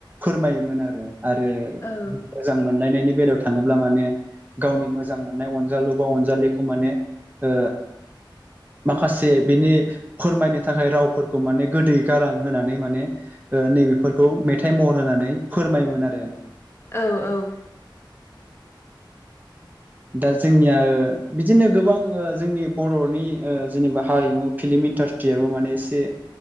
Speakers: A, on the right (about 20°); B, on the left (about 30°).
A: फोरमायोमोन आरो आरो
B: औ
A: मोजां मोनलायनायनि बेलायाव थाङोब्ला माने गावनि मोजां मोननाय अनजालु बा अ अनजालिखौ माने ओ माखासे बिनि फोरमायनो थाखाय रावफोरखौ माने गोदै गारां होनानै माने नैबेफोरखौ मेथाइ महर होननानै फोरमायोमोन आरो।
B: औ औ
A: दा जोंनिया ओ बिदिनो गोबां ओ जोंनि बर'नि ओ जेनेबा हारिमु फिल्म इन्डास्ट्रियाबो माने एसे